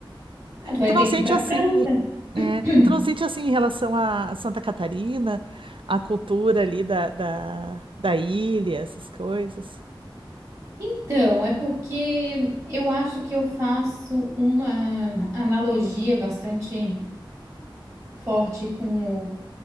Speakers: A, on the right; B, on the right.
A: Ah, tu vai
B: Tu não
A: ter
B: sente
A: que ir para
B: assim,
A: França. <clears throat>
B: é, tu não sente assim em relação a Santa Catarina, a cultura ali da, da, da ilha, essas coisas?
A: Então, é porque eu acho que eu faço uma analogia bastante forte com o-